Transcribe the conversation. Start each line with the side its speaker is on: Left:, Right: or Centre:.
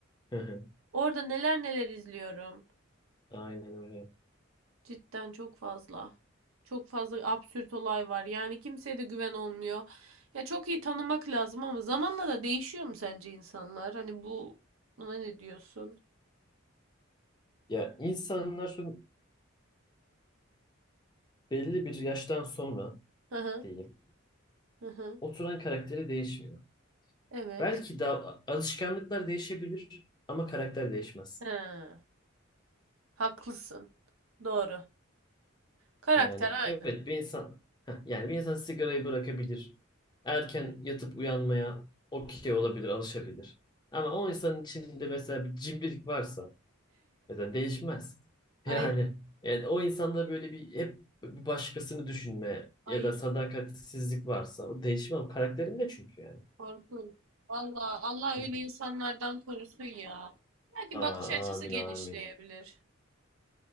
Left: <laughs>
Right: Orada neler neler izliyorum.
Left: Aynen öyle.
Right: Cidden çok fazla. Çok fazla absürt olay var. Yani kimseye de güven olmuyor. Ya çok iyi tanımak lazım ama zamanla da değişiyor mu sence insanlar? Hani bu buna ne diyorsun?
Left: Ya insanların belli bir yaştan sonra
Right: Hı hı
Left: diyeyim.
Right: hı hı.
Left: Oturan karakteri değişmiyor.
Right: Evet.
Left: Belki de alışkanlıklar değişebilir ama karakter değişmez.
Right: He, haklısın. Doğru. Karakter
Left: Yani
Right: aynı.
Left: evet bir insan Heh, yani bir insan sigarayı bırakabilir. Erken yatıp uyanmaya okey olabilir, alışabilir. Ama o insanın içinde mesela bir cimrilik varsa mesela değişmez. <laughs>
Right: Aynı.
Left: Yani yani o insanda böyle bir hep bir başkasını düşünme
Right: Ay
Left: ya da sadakatsizlik varsa o değişmez. O karakterinde çünkü yani.
Right: korkunç. Valla Allah
Left: Hı
Right: öyle
Left: hı.
Right: insanlardan korusun ya. Belki
Left: Aa,
Right: bakış açısı
Left: amin
Right: genişleyebilir.
Left: amin.